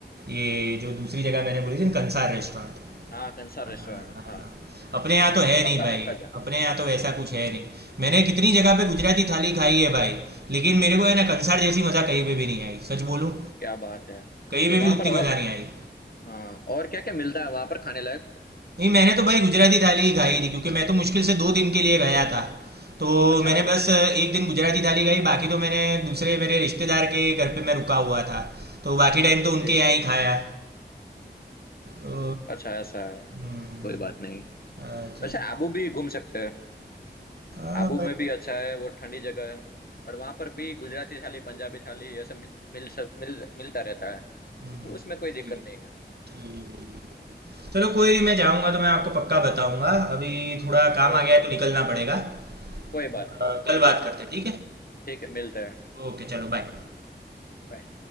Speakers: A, on the right (about 65°); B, on the left (about 55°).
A: ये जो दूसरी जगह मैंने बोली थी ना, कंसार रेस्टोरेंट
B: हाँ कंसार
A: हाँ।
B: रेस्टोरेंट हाँ
A: अपने यहाँ तो है
B: पक्का
A: नहीं भाई
B: पक्का जा
A: अपने यहाँ तो वैसा कुछ है नहीं मैंने कितनी जगह पे गुजराती थाली खाई है भाई लेकिन मेरे को है ना कंसार जैसी मज़ा कहीं पे भी नहीं आई सच बोलूँ
B: क्या बात है
A: कहीं
B: तो
A: पे
B: वहां
A: भी उतनी
B: पर और
A: मज़ा नहीं आई
B: हाँ और क्या क्या मिलता है वहां पर खाने लायक
A: नहीं मैंने तो भाई गुजराती थाली ही खाई थी क्योंकि मैं तो मुश्किल से दो दिन के लिए गया था तो
B: अच्छा
A: मैंने बस एक दिन गुजराती थाली खाई बाकी तो मैंने दूसरे मेरे रिश्तेदार के घर पे मैं रुका हुआ था तो बाकी टाइम तो उनके
B: जी
A: यहाँ ही खाया तो
B: अच्छा ऐसा है
A: हम्म,
B: कोई बात नहीं
A: अच्छा
B: अच्छा आबू भी घूम सकते हैं
A: हाँ
B: आबू
A: भाई
B: में भी अच्छा है वो ठंडी जगह है और वहां पर भी गुजराती थाली पंजाबी थाली ऐसा मिल मिल सक मिल मिलता रहता है
A: हम्म,
B: तो उसमें कोई दिक्कत
A: ठीक
B: नहीं है
A: है ठीक है चलो कोई नहीं मैं जाऊंगा तो मैं आपको पक्का बताऊंगा अभी थोड़ा काम
B: ओके
A: आ गया है
B: ओके
A: तो निकलना पड़ेगा अ,
B: कोई बात नहीं कोई
A: कल
B: बात नहीं
A: बात करते हैं ठीक है
B: ठीक है मिलते हैं
A: ओके चलो बाय
B: Bye.